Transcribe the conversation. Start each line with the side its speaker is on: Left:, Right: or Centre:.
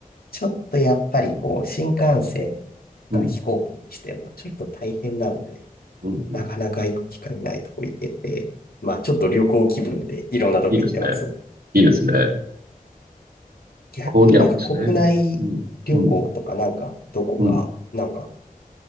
Left: ちょっとやっぱりこう、新幹線
Right: うん、
Left: か飛行機にしてもちょっと大変なんで、
Right: うん、うん。
Left: なかなか行く機会ないとこ行けて、まあちょっと旅行気分でいろんなとこ行ってます。
Right: いいですね。いいですね。
Left: 逆になんか国内旅行とかなんかどこかなんか
Right: 郡山ですね。うん、うん、うん。